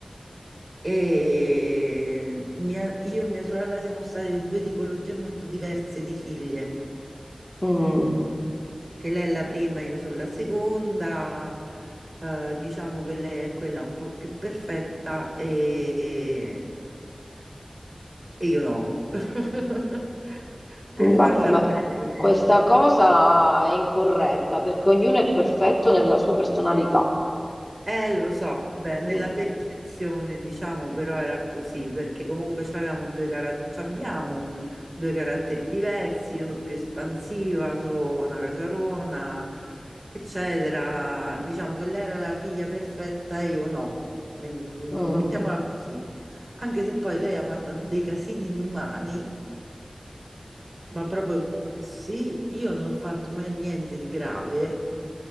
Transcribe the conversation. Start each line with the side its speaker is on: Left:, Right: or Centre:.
Right: E mia- io e mia sorella siamo state due tipologie molto diverse di figlie,
Left: Mm.
Right: che lei è la prima, io sono la seconda, eh, diciamo che lei è quella un po' più perfetta e, e io no. <laughs>
Left: Vabbè,
Right: Per farla
Left: ma
Right: breve.
Left: questa cosa è incorretta perché ognuno è perfetto nella sua personalità.
Right: Eh, lo so, vabbè, nella
Left: Mm.
Right: percezione, diciamo, però era così, perché comunque c'avevamo due cara- c'abbiamo due caratteri diversi, io sono più espansiva, sono una caciarona, eccetera. Diciamo che lei era la figlia perfetta e io no, Mm,
Left: Mm.
Right: mettiamola così. Anche se poi lei ha fatto dei casini inumani, ma proprio grossi, io non ho fatto mai niente di grave,